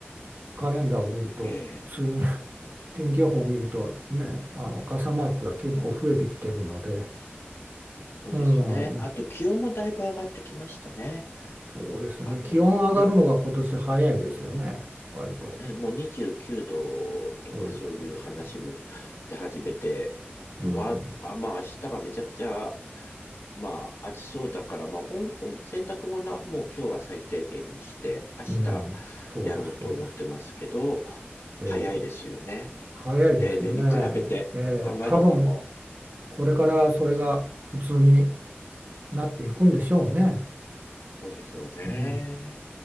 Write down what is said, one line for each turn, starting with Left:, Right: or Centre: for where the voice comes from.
Right: カレンダーを見ると、
Left: え
Right: 梅雨 <laughs> 天気予報を見ると、ね、あの傘マークが結構増えてきてるので、
Left: ーね、そうですね。
Right: うん、いや
Left: あと気温もだいぶ上がってきましたね。
Right: そうですよね。
Left: あの、
Right: 気温上がるのが今年早いですよね、
Left: ね、
Right: 割と。
Left: ね、もう29度とかそういう話も
Right: そうです、そうです。
Left: 出始めて、
Right: うん、
Left: わ、あ、まあ明日がめちゃくちゃ、まあ暑そうだから、まあほん、ほん、洗濯物はもう今日は最低限にして、明日
Right: うん、そうです、
Left: やろうと思ってますけど、
Right: そうです。ええ
Left: 早いですよね。
Right: 早いですよね。
Left: 例年に比べて、
Right: ええ多分
Left: あまりにも。
Right: これからそれが普通になっていくんでしょうね。
Left: そうでしょうね。
Right: うん